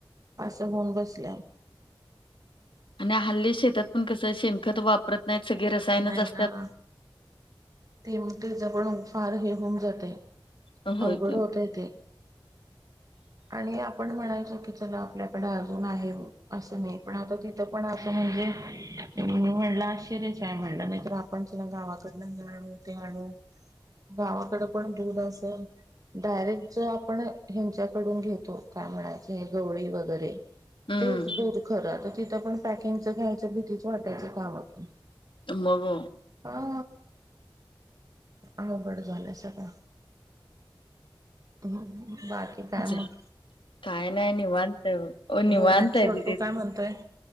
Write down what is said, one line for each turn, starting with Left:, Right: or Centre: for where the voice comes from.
Right: असं होऊन बसल्या.
Left: आणि हल्ली शेतात पण कसं.. शेणखत वापरत नाहीत सगळी रसायनच
Right: नाही
Left: असत्यात.
Right: ना ते <unintelligible> फार हे होऊन जातंय...
Left: होय
Right: अवघड
Left: की.
Right: होतंय ते. आणि आपण म्हणायचो की चला आपल्याकडे अजून आहे... असं नाई... पण आता तिथं पण.. असं म्हणजे मी म्हणलं आश्चर्यच आहे म्हणलं... नाई तर आपण चला गावाकडून हे आणू... ते आणू गावाकडे पण दूध असं डायरेक्ट जो आपण ह्यांच्याकडून घेतो... काय म्हणायच... हे गवळी वगैरे
Left: हम्म
Right: तेच दूध खरं... आता तिथं पण पॅकिंगच घ्यायचं. भीतीच वाटायची <unintelligible>
Left: मग हो.
Right: हा. अवघड झालंय सगळं. हं.. बाकी काय
Left: ज
Right: मग?
Left: काय नाई.. निवांत ए... हो निवांत
Right: घरात छोटू
Left: ए दीदीच
Right: काय म्हणतोय